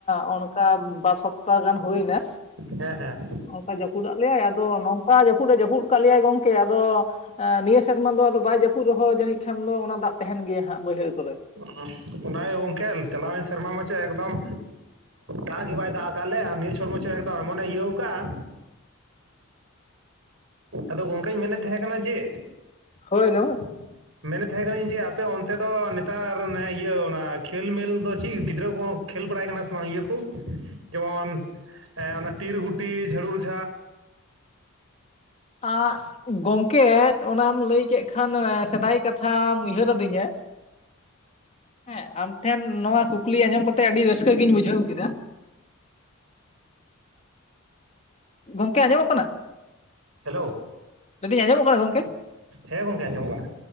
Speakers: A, on the left (about 30°); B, on the right (about 75°).
A: ᱚᱸᱜ ᱚᱱᱠᱟ ᱵᱟᱨ ᱥᱚᱯᱛᱟ ᱜᱟᱱ ᱦᱳᱭᱱᱟ᱾
B: ᱦᱮᱸ ᱦᱮᱸ᱾
A: ᱚᱝᱠᱟ ᱡᱟᱹᱯᱩᱫ ᱟᱫ ᱞᱮᱭᱟᱭ ᱟᱫᱚ ᱱᱚᱝᱠᱟ ᱡᱟᱹᱯᱩᱫ ᱮ ᱡᱟᱹᱯᱩᱫ ᱠᱟᱜ ᱞᱮᱭᱟᱭ ᱜᱚᱝᱠᱮ ᱟᱫᱚ ᱮᱻ ᱱᱤᱭᱟᱹ ᱥᱮᱨᱢᱟ ᱫᱚ ᱟᱫᱚ ᱵᱟᱭ ᱡᱟᱹᱯᱩᱫ ᱨᱮ ᱦᱚᱸ ᱡᱟᱹᱱᱤᱡ ᱠᱷᱟᱱ ᱫᱚ ᱚᱱᱟ ᱫᱟᱜ ᱛᱮᱦᱮᱱ ᱜᱮᱭᱟ ᱦᱟᱸᱜ ᱵᱟᱹᱭᱦᱟᱹᱲ ᱠᱚᱨᱮ᱾
B: <unintelligible> ᱚᱱᱟ ᱜᱮ ᱜᱚᱝᱠᱮ ᱪᱟᱞᱟᱣᱮᱱ ᱥᱮᱨᱢᱟ ᱢᱟᱪᱚᱭ ᱮᱠᱫᱚᱢ ᱫᱟᱜ ᱜᱮ ᱵᱟᱭ ᱫᱟᱜ ᱟᱠᱟᱜ ᱞᱮ ᱟᱨ ᱱᱤᱭᱟᱹ ᱪᱷᱚᱨᱢᱩᱪᱷᱟᱹ ᱮᱠᱫᱚ ᱮᱢᱚᱱᱮ ᱤᱭᱟᱹᱣ ᱠᱟᱜᱼᱟ᱾ ᱟᱫᱚ ᱜᱚᱝᱠᱮᱧ ᱢᱮᱱᱮᱫ ᱛᱮᱦᱮᱸ ᱠᱟᱱᱟ ᱡᱮ
A: ᱦᱳᱭ ᱞᱚᱹᱣᱚᱝ
B: <unintelligible> ᱢᱮᱱᱮᱫ ᱛᱮᱦᱮᱸ ᱠᱟᱱᱟᱹᱧ ᱡᱮ ᱟᱯᱮ ᱚᱱᱛᱮ ᱫᱚ ᱱᱮᱛᱟᱨ ᱢᱮ ᱤᱭᱟᱹ ᱚᱱᱟ ᱠᱷᱮᱞ-ᱢᱮᱞ ᱫᱚ ᱪᱤᱜ ᱜᱤᱫᱽᱨᱟᱹ ᱠᱩᱦᱚᱸ ᱠᱷᱮᱞ ᱵᱟᱲᱟᱭ ᱠᱟᱱᱟ ᱥᱮ ᱵᱟᱝ ᱤᱭᱟᱹ ᱠᱩ ᱡᱮᱢᱚᱱ ᱮᱸᱜ ᱚᱱᱟ ᱴᱤᱨ ᱜᱩᱴᱤ ᱡᱷᱲᱩᱲ ᱡᱷᱟ᱾
A: ᱟᱸᱜ ᱜᱚᱝᱠᱮ ᱚᱱᱟᱢ ᱞᱟᱹᱭ ᱠᱮᱜ ᱠᱷᱟᱱ ᱥᱮᱫᱟᱭ ᱠᱟᱛᱷᱟᱢ ᱩᱭᱦᱟᱹᱨᱟᱫᱤᱧᱟ᱾
B: <unintelligible>
A: ᱦᱮᱸ ᱟᱢ ᱴᱷᱮᱱ ᱱᱚᱣᱟ ᱠᱩᱠᱞᱤ ᱟᱸᱡᱚᱢ ᱠᱟᱛᱮᱜ ᱟᱹᱰᱤ ᱨᱟᱹᱥᱠᱟᱹ ᱜᱤᱧ ᱵᱩᱡᱷᱟᱹᱣ ᱠᱮᱫᱟ᱾ ᱜᱚᱝᱠᱮ ᱟᱸᱡᱚᱢᱚᱜ ᱠᱟᱱᱟ?
B: ᱦᱮᱞᱳ
A: ᱞᱟᱹᱭᱫᱟᱹᱧ ᱟᱸᱡᱚᱢᱚᱜ ᱠᱟᱱᱟ ᱜᱚᱝᱠᱮ
B: ᱦᱮᱸ ᱜᱚᱝᱠᱮ ᱟᱸᱡᱚᱢᱚᱜ ᱠᱟᱱᱟ᱾